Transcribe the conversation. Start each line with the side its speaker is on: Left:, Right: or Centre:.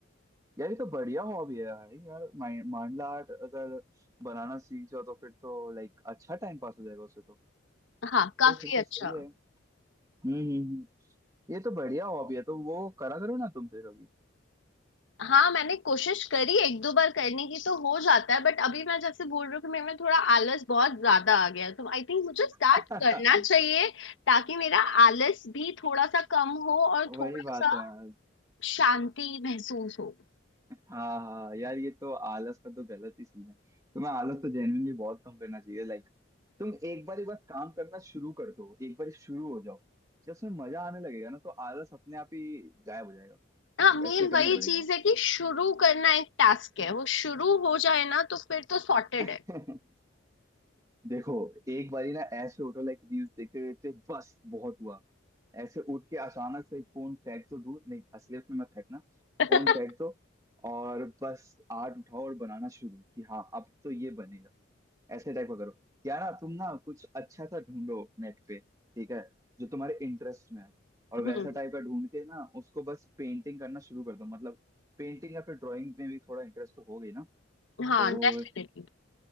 Right: यार ये तो बढ़िया हॉबी है यार यार माइन- मांडला आर्ट अगर बनाना सीख जाओ तो फिर तो लाइक अच्छा टाइम पास हो जाएगा उससे तो
Left: हाँ काफी
Right: यार फिर तो
Left: अच्छा
Right: सही है हम्म हम्म हम्म। ये तो बढ़िया हॉबी है तो वो करा करो ना तुम फिर अभी
Left: हाँ मैंने कोशिश करी एक दो बार करने की तो हो जाता है बट अभी मैं जैसे बोल रही हूँ कि मेरे में थोड़ा आलस बहुत ज्यादा आ गया है। तो आई थिंक मुझे स्टार्ट
Right: <laughs>
Left: करना चाहिए ताकि मेरा आलस भी थोड़ा सा कम हो और
Right: वही
Left: थोड़ा
Right: बात
Left: सा
Right: है यार
Left: शांति महसूस हो
Right: हाँ हाँ यार ये तो आलस का तो गलत ही सीन है तुम्हें आलस तो जेन्युइनली बहुत कम करना चाहिए लाइक तुम एक बार एक बार काम करना शुरू कर दो एक बार शुरू हो जाओ जब उसमें मजा आने लगेगा ना तो आलस अपने आप ही गायब हो जाएगा
Left: हाँ मेन
Right: वैसे ही
Left: ऐसे
Right: करना
Left: वही
Right: पड़ेगा
Left: तुम चीज है कि शुरू करना एक टास्क है वो शुरू हो जाए ना तो फिर तो सॉर्टेड
Right: <laughs>
Left: है
Right: देखो एक बारी ना ऐसे उठो लाइक रील्स देखते देखते बस बहुत हुआ ऐसे उठ के अचानक से फोन फेंक तो दूर नहीं असलियत में मत फेंकना
Left: <laughs>
Right: फोन फेंक दो और बस आर्ट उठाओ और बनाना शुरू कि हाँ अब तो ये बनेगा ऐसे टाइप का करो या ना तुम ना कुछ अच्छा सा ढूंढो नेट पे ठीक है जो तुम्हारे इंटरेस्ट में है और वैसा
Left: हम्म
Right: टाइप का ढूंढ के ना उसको बस पेंटिंग करना शुरू कर दो मतलब पेंटिंग या फिर ड्राइंग में भी थोड़ा इंटरेस्ट तो हो गई ना
Left: हाँ
Right: तो
Left: डेफिनेटली